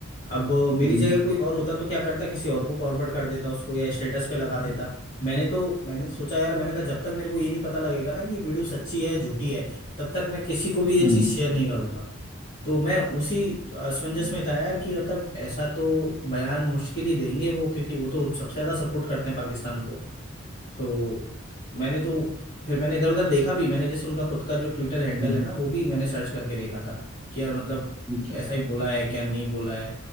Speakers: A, on the left; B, in the centre.
A: अब मेरी
B: हम्म
A: जगह कोई और होता तो क्या करता किसी और को फॉरवर्ड कर देता उसको या स्टेटस पे लगा देता मैंने तो मैंने सोचा यार मैंने कहा जब तक मेरे को ये नहीं पता लगेगा ना कि ये वीडियो सच्ची है झूठी है तब तक मैं किसी को भी ये
B: हम्म
A: चीज़ शेयर नहीं करूंगा तो मैं उसी असमंजस में था यार कि मतलब ऐसा तो बयान मुश्किल ही देंगे वो क्योंकि वो तो सबसे ज्यादा सपोर्ट करते हैं पाकिस्तान को तो मैंने तो फिर मैंने इधर उधर देखा भी मैंने जैसे उनका खुद का जो ट्विटर हैंडल
B: हम्म,
A: है ना वो भी मैंने सर्च करके देखा था कि यार मतलब
B: हम्म, अच्छा
A: ऐसा
B: अच्छा
A: ही बोला है क्या नहीं बोला है